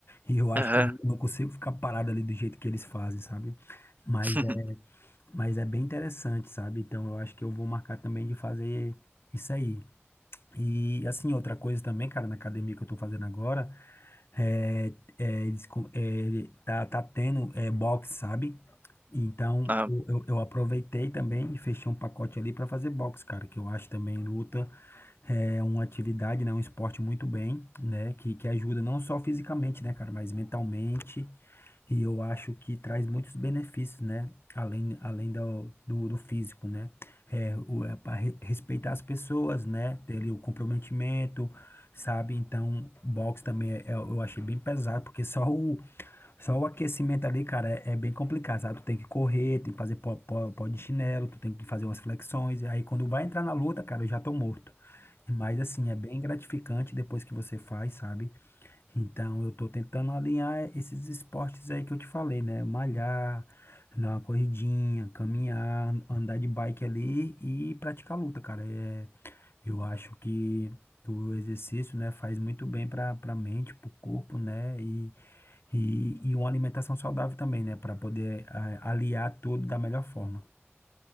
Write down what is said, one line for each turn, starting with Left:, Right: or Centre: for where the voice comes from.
Left: E eu acho
Right: Aham.
Left: que eu não consigo ficar parado ali do jeito que eles fazem, sabe? Mas
Right: <laughs>
Left: mas é bem interessante, sabe? Então eu acho que eu vou marcar também de fazer isso aí. E assim, outra coisa também, cara, na academia que eu tô fazendo agora, é, é, eles co- é, tá, tá tendo é, boxe, sabe? Então
Right: Aham.
Left: eu, eu eu aproveitei também e fechei um pacote ali pra fazer box, cara, que eu acho também luta é uma atividade, né, um esporte muito bem, né, que, que ajuda não só fisicamente, né, cara, mas mentalmente, e eu acho que traz muitos benefícios, né, além, além do, do, do físico, né, é, o, é para respeitar as pessoas, né, ter ali o comprometimento, sabe, então, boxe também é- é- eu achei bem pesado, porque só o, só o aquecimento ali, cara, é, é bem complicado, sabe? Tu tem que correr, tem que fazer pó, pó, pó de chinelo, tu tem que fazer umas flexões. E aí quando vai entrar na luta, cara, eu já tô morto. Mas assim, é bem gratificante depois que você faz, sabe? Então eu tô tentando alinhar esses esportes aí que eu te falei, né? Malhar, dar uma corridinha, caminhar, andar de bike ali e praticar luta, cara. É, eu acho que o exercício, né, faz muito bem para para mente, para o corpo, né? E, e, e uma alimentação saudável também, né? Para poder ah, aliar tudo da melhor forma.